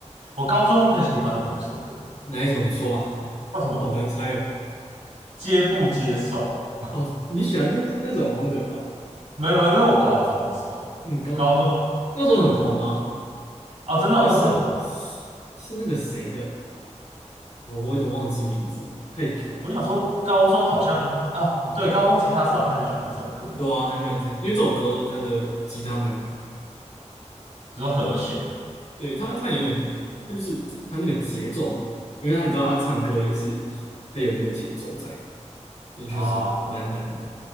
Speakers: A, on the right; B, on the left.
A: 我高中很喜欢的某一首歌
B: 哪一首你说吧。
A: 叫什么？
B: 好难猜哦。
A: 接不接受？
B: 哦，你喜欢那个那种风格的哦
A: <laughs> 没有没有，那是我高中的时候，
B: 嗯，高中那时候很红啊，
A: 高中，对对对，哦，真的哦，
B: 那是
A: 我那时候很红。
B: 是那个谁的，我有点忘记名字了，太久了。
A: 我想说，高中好像哦，
B: 嗯，
A: 对，高中吉他社好像很喜欢这首歌哦，
B: 对啊，很喜欢弹，因为这首歌它的吉他蛮难，
A: 你说和弦
B: 对，它它有点，它就是它那个节奏蛮难，因为他你知道他唱歌也是，它有那个节奏在，也确实蛮难的，
A: 啊，